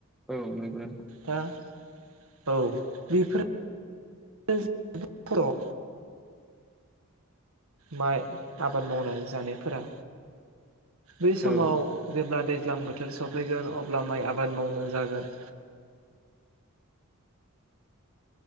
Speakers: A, in the centre; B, on the right (about 75°).
A: औ नंगौ
B: औ <unintelligible> माइ आबाद मावनानै जानायफोरा बै समाव
A: औ
B: जेब्ला दैज्लां बोथोर सफैगोन अब्ला माइ आबाद मावनो जागोन